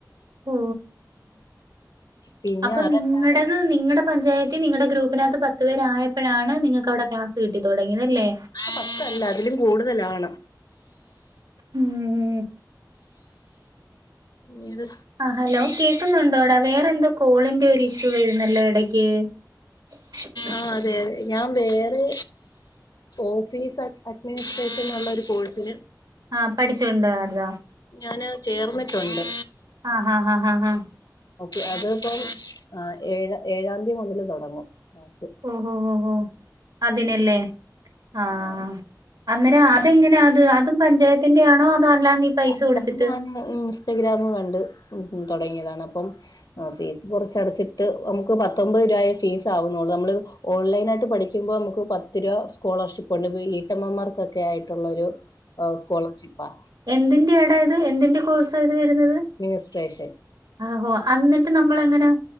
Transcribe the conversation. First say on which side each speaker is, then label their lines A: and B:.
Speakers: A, on the right; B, on the left.
A: ഓ
B: പിന്നെ
A: അപ്പൊ
B: അതല്ലാതെ
A: നിങ്ങളടെ ഹ് നിങ്ങളടെ പഞ്ചായത്തി നിങ്ങളടെ ഗ്രൂപ്പിനകത്ത് പത്ത് പേരാഴപ്പളാണ് നിങ്ങക്ക് അവിടെ ക്ലാസ് കിട്ടി തുടങ്ങിയതല്ലേ.
B: പത്തല്ല അതിലും കൂടുതലാണ്
A: ഉം
B: പിന്നീട്
A: ആ ഹലോ കേൾക്കുന്നുണ്ടോടാ വേറെ എന്തോ കോളിന്റെ ഒരു ഇഷ്യൂ വരുന്നല്ലോ എടക്ക്. <unintelligible>
B: ആ അതെ അതെ ഞാൻ വേറെ ഓഫീസ് അഡ്മിനിസ്ട്രേഷൻ ഉള്ള ഒരു കോഴ്സിന്
A: ആഹ പഠിച്ചോണ്ടരാതോ
B: ഞാന് ചേർന്നിട്ടുണ്ട്
A: ആഹ് ഹ് ഹ് ഹ് ഹാ
B: ഓക്കെ അതിപ്പം ആ ഏഴ ഏഴാന്തി മുതിൽ തുടങ്ങും ക്ലാസ്.
A: ഓഹോ ഓ ഹോ അതിനല്ലേ ആഹ്
B: ആ
A: അന്നേരം അതെങ്ങനെ അത് അതും പഞ്ചായത്തിന്റെ ആണോ നാലാന്ദി നീ പൈസ
B: അല്ല
A: കൊടുത്തിട്ട്
B: ഞാൻ ഇൻസ്റ്റഗ്രാം കണ്ട് തുടങ്ങിയതാണ് അപ്പം ആഹ് ഫീ കുറച്ചടച്ചിട്ട് നമുക്ക് പത്തൊമ്പത് രൂപയാ ഫീസ് ആവുന്നുള്ളൂ നമ്മള് ഓൺലൈൻ ആയിട്ട് പഠിക്കുമ്പോൾ നമുക്ക് തിരുവ സ്കോളർഷിപ്പ് ഒണ്ട് വീട്ടമ്മമാർക്കൊക്കെ ആയിട്ടുള്ളൊരു സ്കോളർഷിപ്പാ.
A: എന്തിന്റാടാ ഇത് എന്തിന്റെ കോഴ്സത് വരുന്നത്
B: മിനിസ്ട്രേഷൻ
A: ആഹോ അന്നിട്ട് നമ്മളങ്ങനാ